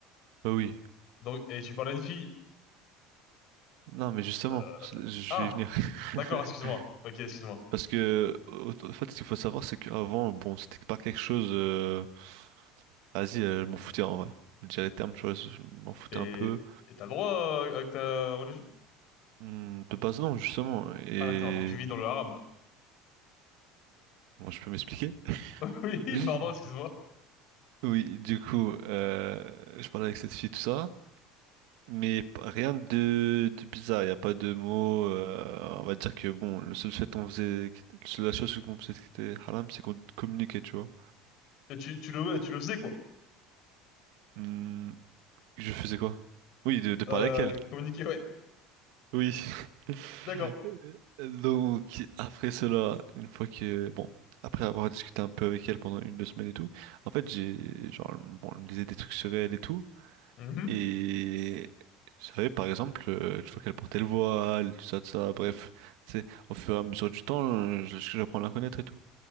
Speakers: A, on the right; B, on the left.
A: Bah oui.
B: donc et tu parles à une fille.
A: Non, mais justement,
B: euh,
A: c'est- je
B: ah,
A: vais y venir.
B: d'accord,
A: <laughs>
B: excuse-moi. Ok, excuse-moi.
A: Parce que, au- en fait, ce qu'il faut savoir, c'est qu'avant, bon, c'était pas quelque chose. euh, Vas-y, euh, je m'en foutais en vrai. Je dirais les termes, tu vois, je m'en foutais
B: Et
A: un peu.
B: et t'as le droit euh, avec ta religion?
A: Hmm, De base, non, justement. Et.
B: Ah d'accord, donc tu vis dans le haram.
A: Moi, je peux m'expliquer?
B: <laughs> Oui,
A: <laughs>
B: pardon, excuse-moi.
A: Oui, du coup, euh, je parlais avec cette fille, tout ça. Mais p- rien de, de bizarre, il n'y a pas de mots. euh, on va dire que, bon, le seul fait qu'on faisait. qui était- La seule chose qu'on faisait qui était haram, c'est qu'on communiquait, tu vois.
B: Et tu tu le tu le faisais quoi?
A: Hmm, je faisais quoi? Oui, de, de parler
B: Euh,
A: avec elle.
B: communiquer, ouais.
A: Oui. <laughs>
B: D'accord.
A: Donc, après cela, une fois que, bon, après avoir discuté un peu avec elle pendant une, deux semaines et tout, en fait, j'ai, genre, bon, on lisait des trucs sur elle et tout,
B: Mhm.
A: et je savais, par exemple, euh, une fois qu'elle portait le voile, tout ça, tout ça, bref, tu sais, au fur et à mesure du temps, euh, je- j'apprends à la connaître et tout.